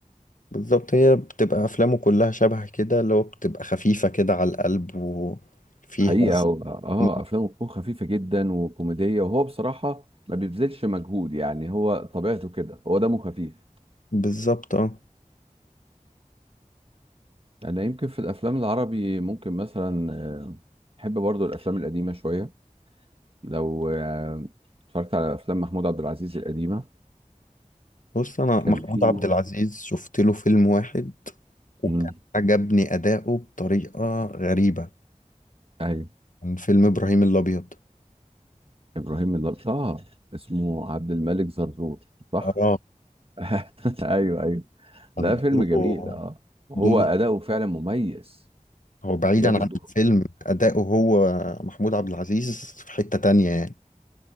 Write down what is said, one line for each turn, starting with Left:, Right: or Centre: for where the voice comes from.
Left: بالظبط هي بتبقى أفلامه كلها شبه كده اللي هو بتبقى خفيفة كده على القلب وفيها
Right: حقيقة
Left: <laughs>
Right: هو آه أفلامه بتكون خفيفة جدا وكوميدية وهو بصراحة ما بيبذلش مجهود يعني هو طبيعته كده هو دمه خفيف
Left: بالظبط اه
Right: أنا يمكن في الأفلام العربي ممكن مثلا آه، بحب برضو الأفلام القديمة شوية لو آه، اتفرجت على أفلام محمود عبد العزيز القديمة
Left: بص أنا محمود
Right: كان في
Left: عبد العزيز شفت له فيلم واحد وكان
Right: مم.
Left: عجبني أداؤه بطريقة غريبة
Right: ايوه
Left: كان فيلم إبراهيم الأبيض
Right: ابراهيم اللط... اه اسمه عبد الملك زرزور صح
Left: اه
Right: <laughs> ايوه ايوه لا
Left: كان
Right: فيلم
Left: دوره
Right: جميل اه وهو
Left: دوره
Right: اداؤه فعلا مميز
Left: هو بعيدا
Right: جاب الدور
Left: عن الفيلم أداؤه هو محمود عبد العزيز في حتة تانية يعني